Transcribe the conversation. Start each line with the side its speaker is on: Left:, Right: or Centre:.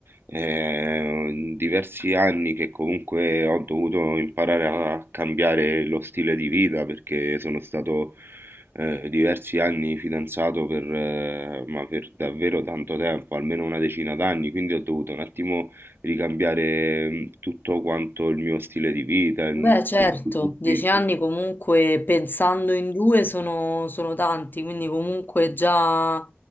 Right: eh, in diversi anni che comunque ho dovuto imparare a cambiare lo stile di vita perché sono stato eh, diversi anni fidanzato per, eh, ma per davvero tanto tempo, almeno una decina d'anni, quindi ho dovuto un attimo ricambiare, mhmm, tutto quanto il mio stile di vita, mhmm,
Left: Beh,
Right: le
Left: certo,
Right: mie attitudini,
Left: dieci anni comunque pensando in due sono, sono tanti, quindi comunque già